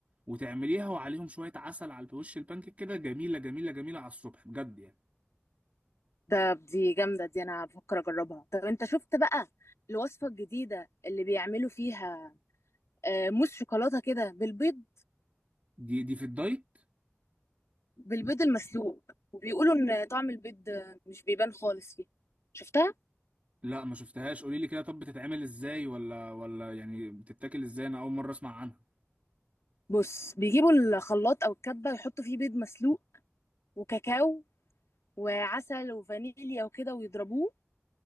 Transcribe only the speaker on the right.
وتعمليها وعليهم شوية عسل على وش البانكيك كده جميلة جميلة جميلة على الصبح بجد يعني
دي دي في الدايت
لا ما شفتهاش قولي لي كده طب بتتعمل ازاي ولا ولا يعني بتتاكل ازاي انا اول مرة اسمع عنها